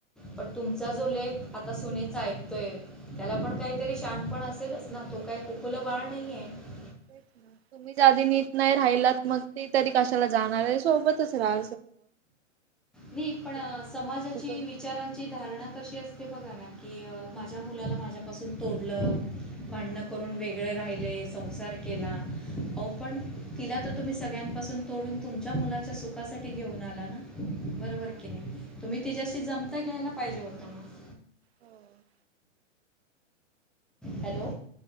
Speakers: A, in the centre; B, on the right (about 55°).
A: पण तुमचा जो लेक आता सुनेचा ऐकतोय. त्याला पण काहीतरी शान पण असेलच ना, तो काय कुकुलं बाळ नाही आहे
B: तुम्हीच आधी नीट नाही राहिलात. मग ते तरी कशाला जाणार आहे. सोबतच रहा
A: नाही पण,
B: होण्याची
A: समाजाची
B: जाणीव करून
A: विचारांची
B: देण्यास
A: धारणा कशी असते. बघा ना, की माझ्या मुलाला माझ्यापासून तोडलं भांडणं
B: हा
A: करून वेगळे राहिलेस संसार केला अ पण तिला तर तुम्ही सगळ्यांपासून तोडून तुमच्या मुलाच्या सुखासाठी घेऊन आ ना बरोबर
B: हा
A: की नाही तुम्ही
B: बरोबर
A: तीच्याशी जमता घ्यायला पाहिजे होत मग
B: हम
A: हॅलो